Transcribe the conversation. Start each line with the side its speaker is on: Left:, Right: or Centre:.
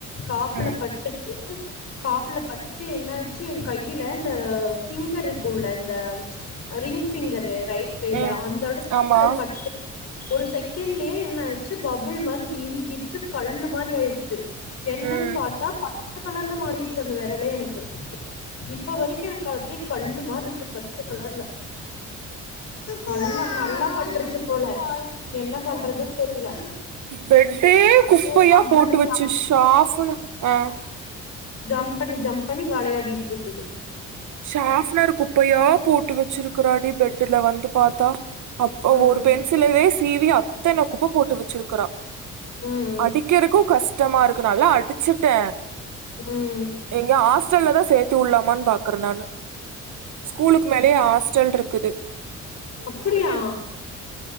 Left: காப்புல
Right: ம்
Left: பட்டுட்டு காப்புல பட்டு என்னாச்சு என் கையில இந்த ஃபிங்கர் இருக் குள்ள இந்த ரிங் ஃபிங்கரு ரைட் கையில
Right: ம்
Left: அந்த எடத்துல
Right: ஆமா
Left: பட்டு ஒரு செகேண்ட்லயே என்ன ஆச்சு பபுள் மாரி வீங்கிருச்சு கல்லு மாரி ஆயிருச்சு என்னன்னு
Right: ம்
Left: பார்த்தா <unintelligible> கலர்ன மாறிட்ச்சு அந்த வேரலே எனக்கு இப்ப வரைக்கு எனக்கு அப்டிய கல்லு மாரி இருக்கு ப தெர்ல நல்லா நல்லா பட்ரிச்சு போல என்ன பண்றது தெரில
Right: பெட்டே
Left: அப்டியே
Right: குப்பையா
Left: ஜம்பண்ணி
Right: போட்டு வச்சு ஷாஃப்னு ஆ
Left: ஜம்பண்ணி <unintelligible> ஜம்ப் பண்ணி ஜம்ப் பண்ணி வெளையாடிட்டுருக்குது
Right: ஷாஃப்னர் குப்பையா போட் விட்டு வச்சிருக்கிறாடி பெட்டுல வந்து பாத்தா அப்போ
Left: ம்
Right: ஒரு பென்சிலு வேஸ் டிவி அத்தன குப் உப்பு போட்டு வெச்சிகுருக்குறா
Left: ம்
Right: அடிக்கிறக்கு கஷ் ஷ்டமா இருக்கு நல்லா அடிச்சுட்டே
Left: ம்
Right: எங்க ஹாஸ்டல்ல தா சேத்து உட்லாமான் க்கறனால ஸ்கூலுக்கு மேலயே ஹாஸ்டல்டுருக்கு க்குது
Left: அப்படியா